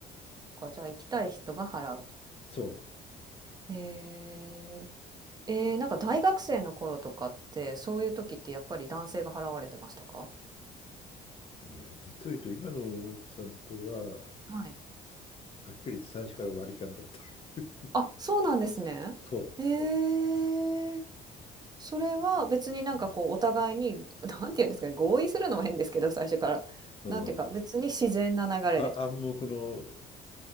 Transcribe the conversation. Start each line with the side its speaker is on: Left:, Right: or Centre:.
Right: そっか、じゃあ行きたい人が払う。
Left: そう。
Right: へえー。えー、なんか大学生の頃とかって、そういう時ってやっぱり男性が払われてましたか
Left: いや実を言うと今の奥さんとは
Right: はい。
Left: はっきり言って最初から割り勘だった。<laughs>
Right: あ、そうなんですね。
Left: そ
Right: へえ。それは別になんかこうお互いに、
Left: う。うん。
Right: <laughs> なんて言うんですかね、合意するのも変ですけど、最初から。
Left: うん
Right: なんていうか、別に自然な流れで。
Left: あ、暗黙の、